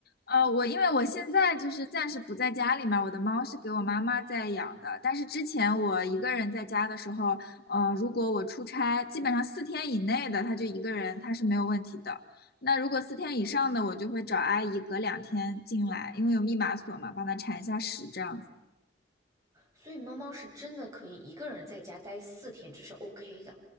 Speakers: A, on the left; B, on the right.
A: 呃，我因为我现在就是暂时不在家里嘛，我的猫是给我妈妈在养的，但是之前我一个人在家的时候，呃，如果我出差，基本上四天以内的，它就一个人，它是没有问题的。那如果四天以上的，我就会找阿姨隔两天进来，因为有密码锁嘛，帮它铲一下屎这样子。
B: 所以猫猫是真的可以一个人在家待四天，这是 OK 的。